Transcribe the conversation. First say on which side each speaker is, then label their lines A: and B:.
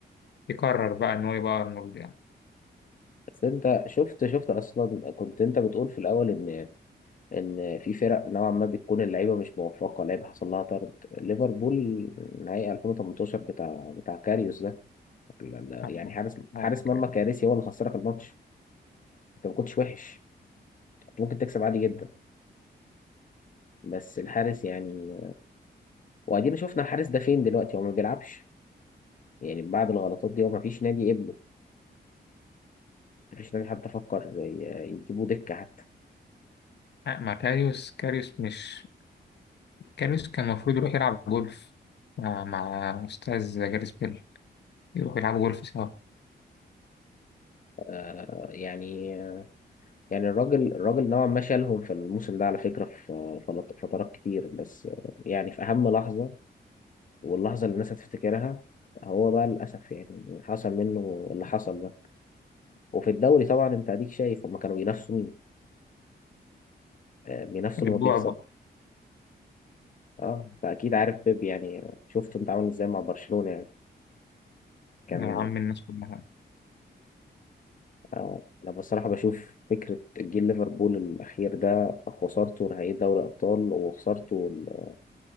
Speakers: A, on the left; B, on the left.
A: يقرر بقى إن هو يبقى أرنولد يعني
B: بس انت شفت شفت اصلا كنت انت بتقول في الاول ان ان في فرق نوعا ما بتكون اللعيبه مش موفقه لعيبه حصل لها طرد ليفربول نهائي 2018 بتاع بتاع كاريوس ده ال- ال-
A: آه،
B: يعني حارس حارس
A: آه،
B: مرمى
A: يعني.
B: كارثي هو اللي خسرك الماتش انت ما كنتش وحش كنت ممكن تكسب عادي جدا بس الحارس يعني وادينا شفنا الحارس ده فين دلوقتي هو ما بيلعبش يعني بعد الغلطات دي هو ما فيش نادي قبله ما فيش نادي حتى فكر ي- يجيبوه دكة حتى
A: آه، مع كاريوس كاريوس مش كاريوس كان المفروض يروح يلعب جولف مع مع أستاذ جاريس بيل يروح يلعب جولف سوا
B: آه يعني يعني الراجل الراجل نوعا ما شالهم في الموسم ده على فكرة في في فترات كتير بس آه، يعني في أهم لحظة واللحظة اللي الناس هتفتكرها هو بقى للأسف يعني حصل منه اللي حصل ده وفي الدوري طبعا أنت أديك شايف هما كانوا بينافسوا مين آه، بينافسوا
A: البعبع
B: اللي ما بيخسر اه فاكيد عارف بيب يعني شفته انت عامل ازاي مع برشلونة يعني كان
A: يا عم الناس كلها
B: آه انا بصراحة بشوف فكرة جيل ليفربول الاخير ده خسارته نهائي دوري ابطال وخسارته ال-